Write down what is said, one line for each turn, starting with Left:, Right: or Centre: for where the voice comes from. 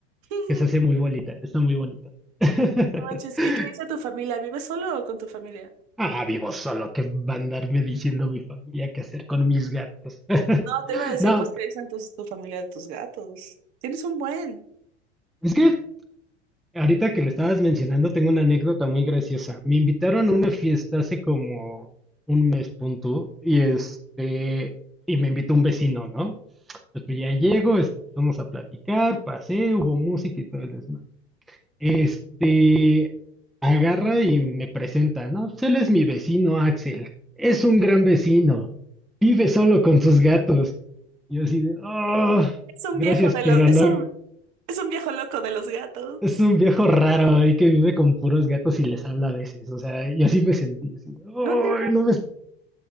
Right: <laughs>
Centre: que se hace muy bonita, está muy bonita. <laughs>
Right: No manches. ¿Y qué dice tu familia? ¿Vives solo o con tu familia?
Centre: Ah, vivo solo, que va a andarme diciendo mi familia qué hacer con mis gatos. <laughs>
Right: No, te iba a decir,
Centre: No,
Right: pues, ¿qué dicen tus, tu familia de tus gatos? Tienes un buen.
Centre: es que Ahorita que lo estabas mencionando, tengo una anécdota muy graciosa. Me invitaron a una fiesta hace como un mes punto y este, y me invitó un vecino, ¿no? Entonces, pues ya llego, este, vamos a platicar, pasé, hubo música y todo el desmadre. Este, agarra y me presenta, ¿no? Pues él es mi vecino, Axel. Es un gran vecino. Vive solo con sus gatos. yo así de, oh,
Right: Es un
Centre: gracias,
Right: viejo de
Centre: pero
Right: los, es
Centre: no,
Right: un, es un viejo loco de los gatos.
Centre: Es un viejo raro ahí que vive con puros gatos y les habla a veces. O sea, yo así me sentí. Así, "Ay,
Right: No tiene,
Centre: no me...